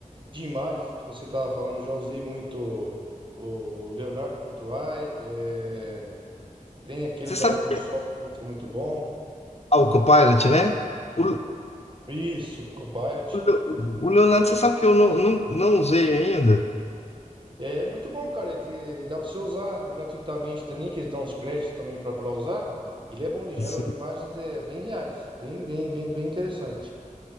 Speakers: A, on the right; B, on the left.
A: de imagens que você estava falando, já usei muito o Leonardo Leonardo.ai, é, tem aquele
B: Você
A: da
B: sabe
A: Microsoft também que é muito bom.
B: ah, o Copilot, né? O, o
A: Isso, Copilot.
B: Le- o Leonardo, você sabe que eu não, não, não usei ainda?
A: É muito bom, cara. e Dá para você usar gratuitamente também, que eles dão os créditos também para usar. Ele é bom, ele gera
B: Assim,
A: imagens é, bem reais, bem, bem, bem, bem interessante.